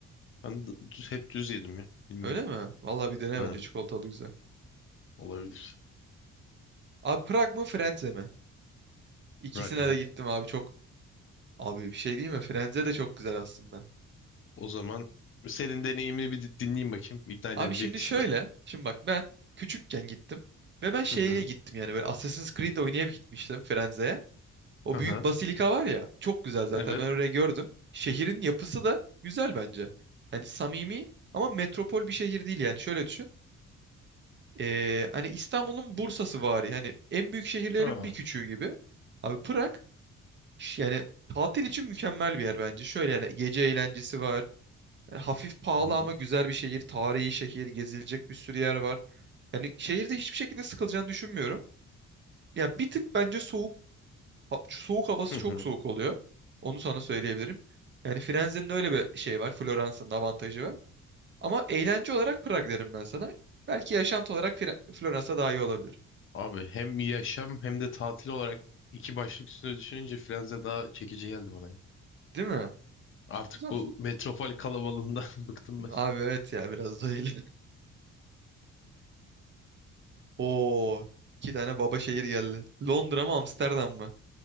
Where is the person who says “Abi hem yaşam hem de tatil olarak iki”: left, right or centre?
Left